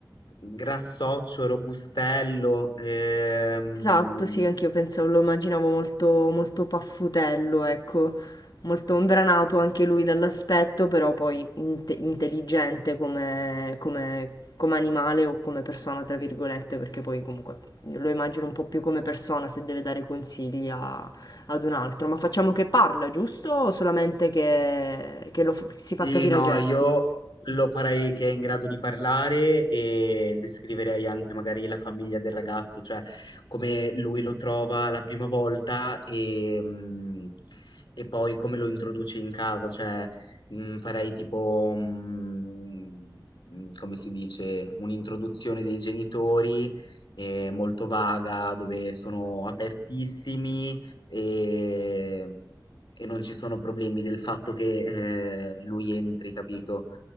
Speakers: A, on the left; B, on the left.
A: grassoccio, robustello, ehm,
B: Esatto, sì, anch'io pensavo, lo immaginavo molto, molto paffutello, ecco, molto imbranato anche lui dall'aspetto, però poi inte- intelligente come, come- come animale o come persona, tra virgolette, perché poi comunque lo immagino un po' più come persona se deve dare consigli a- ad un altro. Ma facciamo che parla, giusto? O solamente che, che lo fa- si fa
A: Sì,
B: capire
A: no,
B: a gesti?
A: io lo farei che è in grado di parlare e descriverei anche magari la famiglia del ragazzo, cioè come lui lo trova la prima volta e, mh, e poi come lo introduce in casa, cioè mh, farei tipo, mh, mh, come si dice, un'introduzione dei genitori eh, molto vaga, dove sono apertissimi e e non ci sono problemi del fatto che eh, lui entri, capito?